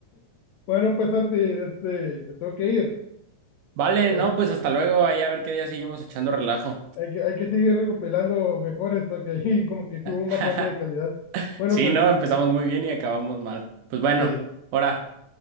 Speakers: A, on the left; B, on the right.
A: Bueno, pues Santi, este, me tengo que ir.
B: Vale,
A: Eh,
B: no, pues hasta luego, ahí a ver qué día seguimos echando
A: eh,
B: relajo.
A: hay que, hay que seguir recopilando mejores porque ahí como que sí hubo un
B: <laughs>
A: bajón de calidad. Bueno,
B: Sí,
A: pues
B: no, empezamos muy bien y acabamos mal. Pues bueno,
A: sí.
B: ahora.